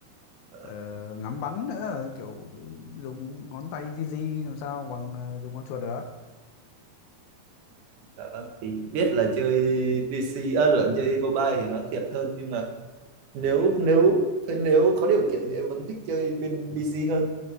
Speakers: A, on the right; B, on the left.
A: Ờ,
B: ờ, ngắm bắn nữa kiểu dùng ngón tay di di làm sao bằng ờ, dùng con chuột được
A: dạ vâng thì biết là chơi PC à, là chơi mobile thì nó thiệt hơn nhưng mà nếu nếu thế nếu có điều kiện thì em vẫn thích chơi bên PC hơn